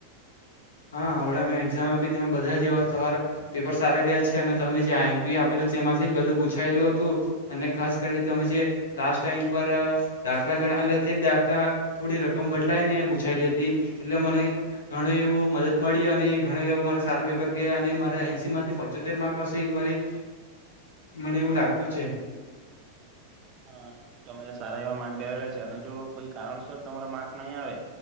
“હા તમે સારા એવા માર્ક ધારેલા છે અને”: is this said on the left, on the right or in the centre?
Right